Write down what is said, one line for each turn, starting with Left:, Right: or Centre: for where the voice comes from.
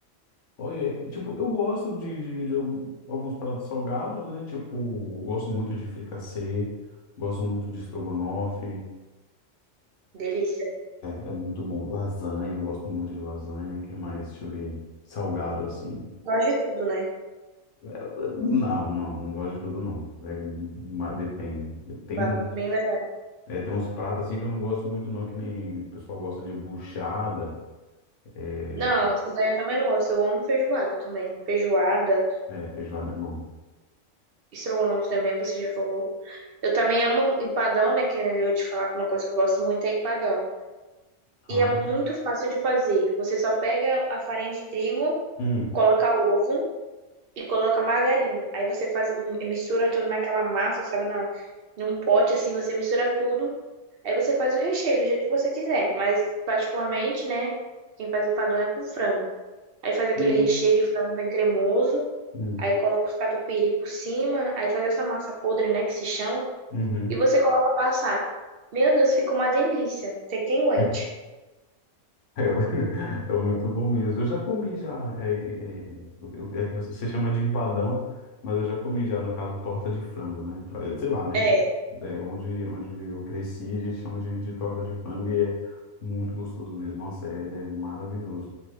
Left: Olha, tipo, eu gosto de, de, de algum- alguns pratos salgados, né? Tipo, gosto muito de fricassê, gosto muito de estrogonofe.
Right: Delícia.
Left: É, é muito bom. Lasanha, eu gosto muito de lasanha. que mais? Deixa eu ver. Salgado, assim.
Right: Gosto de tudo, né?
Left: É, é, Não, não, não gosto de tudo, não. É, mas depende. Tem,
Right: Ba- Bem verdade.
Left: é, tem uns pratos, assim, que eu não gosto muito, não. Que nem o pessoal gosta de buchada. É,
Right: Não, isso daí eu também não gosto. Eu amo feijoada também. Feijoada,
Left: é, feijoada é bom.
Right: estrogonofe também, você já falou. Eu também amo empadão, né? Que eu ia te falar que uma coisa que eu gosto muito é empadão. E
Left: Ah,
Right: é muito fácil de fazer. Você só pega a farinha de trigo,
Left: hum,
Right: coloca ovo. e coloca margarina. Aí você faz, mistura tudo naquela massa, sabe, na, num pote assim, você mistura tudo. Aí você faz o recheio do jeito que você quiser, mas particularmente, né, quem faz empadão é com frango. Aí faz aquele
Left: hum,
Right: recheio de frango bem cremoso,
Left: hum,
Right: aí coloca os catupiry por cima, aí faz essa massa podre, né, que se chama,
Left: uhum.
Right: e você coloca pra assar. Meu Deus, fica uma delícia. Tem quem aguente.
Left: <laughs> É, o- <laughs> é muito bom mesmo. Eu já comi já. É, é, é, eu- é que você você chama de empadão, mas eu já comi já, no caso, torta de frango, né? Pra- Sei lá, né?
Right: É,
Left: É, onde, onde eu cresci, a gente chama de, de torta de frango e é muito gostoso mesmo. Nossa, é é maravilhoso.